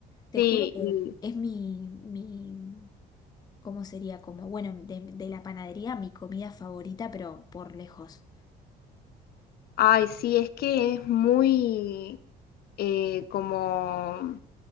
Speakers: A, on the left; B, on the left.
A: Te
B: Sí,
A: juro que
B: y
A: es mi, mi, ¿cómo sería? Como, bueno, de, de la panadería, mi comida favorita, pero por lejos.
B: ay, sí, es que es muy eh, como